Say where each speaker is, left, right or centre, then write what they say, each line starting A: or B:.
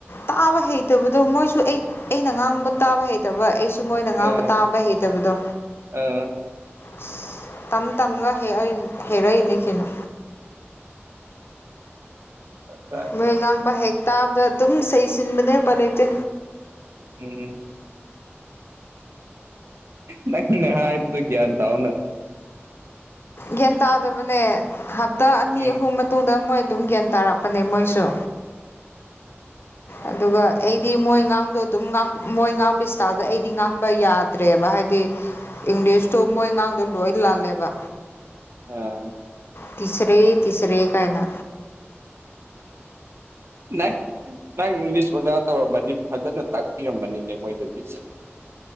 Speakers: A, on the left (about 60°); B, on the right (about 70°).
A: ꯇꯥꯕ ꯍꯩꯇꯕꯗꯣ ꯃꯣꯏꯁꯨ ꯑꯩ ꯑꯩꯅ ꯉꯥꯡꯕ ꯇꯥꯕ ꯍꯩ ꯍꯩꯇꯕ ꯑꯩꯁꯨ ꯃꯣꯏꯅ ꯉꯥꯡꯕ
B: ꯑ
A: ꯇꯥꯕ ꯍꯩꯇꯕꯗꯣ
B: ꯑꯥ
A: ꯑꯁ ꯇꯝ ꯇꯝꯒ ꯍ ꯍꯦꯔꯛꯏꯅꯤ ꯀꯩꯅꯣ
B: ꯑ
A: ꯃꯣꯏ ꯉꯥꯡꯕ ꯍꯦꯛ ꯇꯥꯕꯗ ꯑꯗꯨꯝ ꯁꯁꯤꯟꯕꯅꯦ ꯍꯦꯄ ꯂꯩꯇꯦ
B: ꯀ ꯅꯪꯅ ꯍꯥꯏꯕꯗꯨ ꯒ꯭ꯌꯥꯟ ꯇꯧꯅ
A: ꯒ꯭ꯌꯥꯟ ꯇꯥꯗꯕꯅꯦ ꯍꯞꯇꯥ ꯑꯅꯤ
B: ꯎꯝ
A: ꯑꯍꯨꯝ ꯃꯇꯨꯡꯗ ꯃꯣꯏ ꯑꯗꯨꯝ ꯒ꯭ꯌꯥꯟ ꯇꯥꯔꯛꯄꯅꯦ ꯃꯣꯏꯁꯨ ꯑꯗꯨꯒ ꯑꯩꯗꯤ ꯃꯣꯏ ꯉꯥꯡꯕꯗꯣ ꯑꯗꯨꯝ ꯃꯣꯏ ꯉꯥꯡꯕ ꯏꯁꯇꯥꯏꯜꯗ ꯑꯩꯗꯤ ꯉꯥꯡꯕ ꯌꯥꯗ꯭ꯔꯦꯕ ꯍꯥꯏꯗꯤ ꯏꯪꯂꯤꯁꯇꯣ ꯃꯣꯏ ꯑꯉꯥꯡꯗꯣ ꯂꯣꯏ ꯂꯥꯜꯂꯦꯕ
B: ꯑ
A: ꯇꯤꯁꯔꯦ ꯇꯤꯁꯔꯦ ꯀꯥꯏꯅ
B: ꯅꯪ ꯅꯪ ꯏꯪꯂꯤꯁ ꯑꯣꯖꯥ ꯇꯧꯔꯝꯃꯗꯤ ꯐꯖꯅ ꯇꯥꯛꯄꯤꯔꯝꯒꯅꯤꯅꯦ ꯃꯣꯏꯗꯗꯤ